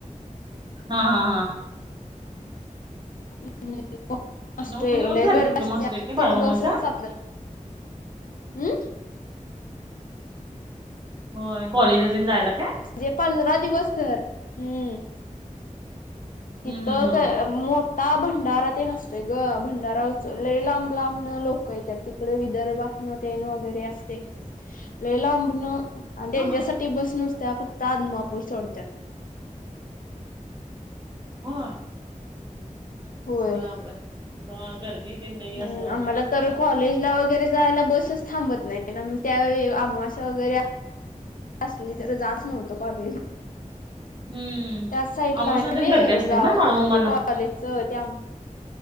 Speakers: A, on the right (about 35°); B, on the left (about 80°).
A: हां हां हां
B: हम्म <unintelligible> असते
A: नऊ दिवस
B: लय
A: कार्यक्रम
B: गर्दी असते.
A: असतोय काय
B: तर
A: बाळूमामाचा
B: बसच सापडत नाही. हम्म
A: होय कॉलेजला तेन जायला काय?
B: जे पंधरा दिवस. हम्म तिथ
A: हम्म हम्म
B: कर <unintelligible> मोठा भंडारा तेन असतोय ग, भंडारा लय लांब लांब न लोक येत्यात तिकड विदर्भात. न तेन वगैरे असते. लय लांबण आणि त्यांच्यासाठी
A: हा
B: बस नसत्या फक्त आदमापूर सोडत्यात.
A: होय
B: होय
A: अरे बापरे त्याच्यामुळे गर्दी तेन लई
B: हम्म
A: असं
B: आम्हाला
A: हे असणार
B: तर
A: ना
B: कॉलेज
A: असं
B: ला वगैरे जायला बसच थांबत नाही त्या वेळी अमावस्या वगैरे असली तर जात नव्हतो कॉलेजला.
A: हम्म
B: त्याच साइडला
A: आमोशाला
B: आहे नी
A: तेन गर्दी असते
B: गाव
A: ना बाळूमामाला
B: म्हणजे कॉलेजच त्या